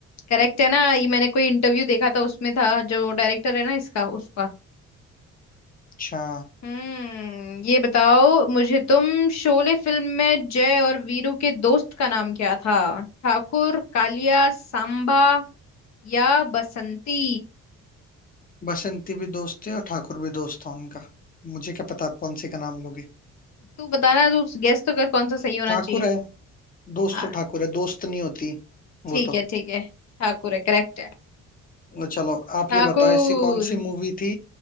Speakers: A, on the left (about 60°); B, on the left (about 30°).
A: करेक्ट है ना ये मैंने कोई इंटरव्यू देखा था उसमें था जो डायरेक्टर है ना इसका उसका
B: अच्छा
A: हम्म ये बताओ मुझे तुम शोले फिल्म में जय और वीरू के दोस्त का नाम क्या था ठाकुर कालिया सांबा या बसंती
B: बसंती भी दोस्त है और ठाकुर भी दोस्त था उनका मुझे क्या पता आप कौन से का नाम लोगे
A: तू बताना तू गेस तो कर कौन सा सही होना
B: ठाकुर
A: चाहिए
B: है दोस्त
A: हाँ
B: तो ठाकुर है दोस्त नहीं होती वो
A: ठीक
B: तो
A: है ठीक है ठाकुर है करेक्ट है
B: तो चलो आप
A: ठाकुर
B: ये बताओ ऐसी कौन सी मूवी थी